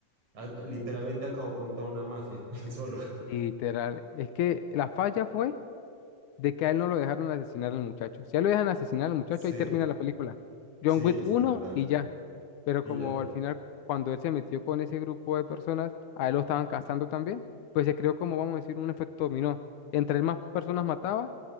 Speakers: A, on the right; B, on the left.
A: a- literalmente acabó con toda una mafia, <laughs> él solo.
B: Literal, es que la falla fue de que a él no lo dejaron asesinar al muchacho. Si a él lo dejan asesinar al muchacho,
A: Sí,
B: ahí termina la película.
A: sí,
B: John Wick
A: eso
B: uno
A: es verdad.
B: y ya. Pero
A: Y
B: como
A: ya,
B: al final, cuando él se metió con ese grupo de personas, a él lo estaban cazando también, pues se creó como, vamos a decir, un efecto dominó. Entre más personas mataba,